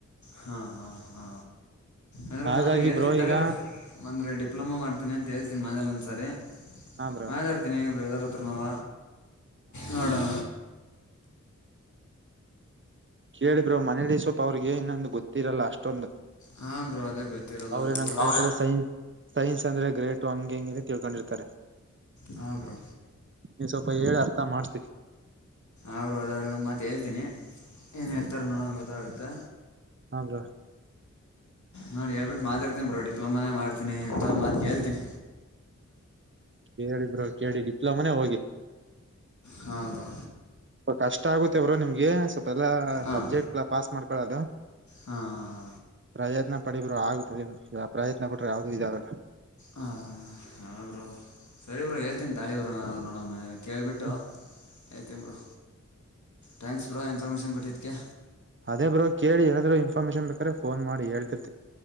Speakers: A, on the left; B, on the right.
A: ಹಾ ಹಾ ಹಾ ಅಂದ್ರೆ
B: ಹಾಗಾಗಿ
A: ನಾನು ಹೇಳ್ತೀನಿ ತಗೊಳಿ
B: ಈಗ
A: ಬ್ರೋ. ಅಂದರೆ ಡಿಪ್ಲೊಮಾ ಮಾಡ್ತೀನಿ ಅಂತ ಹೇಳ್ತೀನಿ ಮನೇಲಿ ಒಂದ್ಸರಿ
B: ಹಾ ಬ್ರೋ
A: ಮಾತಾಡ್ತೀನಿ ಬ್ರದರ್ ಹತ್ರನವ. ನೋಡೋ.
B: ಕೇಳಿ ಬ್ರೋ ಮನೆಯಲ್ಲಿ ಸ್ವಪ ಅವ್ರಿಗೆ ಇನ್ನೊಂದು ಗೊತ್ತಿರಲ್ಲ ಅಷ್ಟೊಂದು.
A: ಹಾ ಬ್ರೋ ಅದೇ ಗೊತ್ತಿರಲ್ಲ
B: ಅವ್ರ
A: ಅವ್ರಿಗೂನು.
B: ಏನ್ ಅನ್ಕೊಂಡಿರ್ತಾರೆ ಸೈ ಸೈನ್ಸ್ ಅಂದ್ರೆ ಗ್ರೇಟು ಹೆಂಗ ಹಿಂಗೆ ತಿಳ್ಕೊಂಡಿರ್ತಾರೆ.
A: ಹಾ ಬ್ರೋ
B: ನೀವ್ ಸ್ವಲ್ಪ ಹೇಳಿ ಅರ್ಥ ಮಾಡಬಿಡಿ.
A: ಅವರು ಅದ ಅವ್ರಿಗೆ ಒಂದು ಮಾತು ಹೇಳ್ತೀನಿ ಏನು ಹೇಳ್ತಾರ ನೋಡೋಣ ಗೊತ್ತಾಗುತ್ತೆ.
B: ಹ ಬ್ರೋ.
A: ನೋಡಿ ಹೇಳ್ಬಿಟ್ಟು ಮಾತಾಡ್ತೀನಿ ಬ್ರೋ ಡಿಪ್ಲೊಮಾನೇ ಮಾಡ್ತೀನಿ ಅಂತ ಒಂದ್ ಮಾತ್ ಕೇಳ್ತೀನಿ.
B: ಕೇಳಿ ಬ್ರೋ ಕೇಳಿ ಡಿಪ್ಲೊಮಾನೇ ಹೋಗಿ.
A: ಹ್ಹ ಬ್ರೋ.
B: ಸ್ವಲ್ಪ ಕಷ್ಟ ಆಗುತ್ತೇ ಬ್ರೋ ನಿಮ್ಗೆ ಸ್ವಲ್ಪ ಎಲ್ಲಾ
A: ಹಾಂ
B: ಸಬ್ಜೆಕ್ಟ್ ಎಲ್ಲ ಪಾಸ್ ಮಾಡ್ಕೊಳದು.
A: ಹಾಂ
B: ಪ್ರಯತ್ನ ಪಡಿ ಬ್ರೋ ಆಗುತ್ತ ಯಾವ ಪ್ರಯತ್ನ ಪಟ್ರೆ ಯಾವ್ದೂ ಇದಾಗಲ್ಲ.
A: ಹ ಹಾ ಬ್ರೋ ಸರಿ ಬ್ರೋ ಹೇಳ್ತೀನಿ ತಗಳಿ ಬ್ರೋ ನೋಡಂ ಮನೇಲಿ. ಕೇಳಿಬಿಟ್ಟು
B: ಹ್ಮ್
A: ಹೇಳ್ತೀನಿ ಬ್ರೋ ಥ್ಯಾಂಕ್ಸ್ ಬ್ರೋ ಇನ್ಫಾರ್ಮೇಷನ್ ಕೊಟ್ಟಿದ್ದಕ್ಕೆ.
B: ಅದೇ ಬ್ರೋ ಕೇಳ ಏನಾದ್ರು ಇನ್ಫಾರ್ಮೇಷನ್ ಬೇಕಾರ ಫೋನ್ ಮಾಡಿ ಹೇಳ